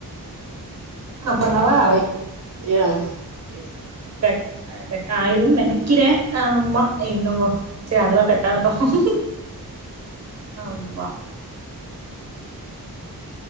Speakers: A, on the right (about 45°); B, on the right (about 65°).
A: ஆ பண்ணவா
B: வை ஏ ஒகே
A: கட் அட் கட்டாயிரும் நனைக்கிற ஆமா என்னமோ செரி அதுவா கட்டாவட்டும் அம்மா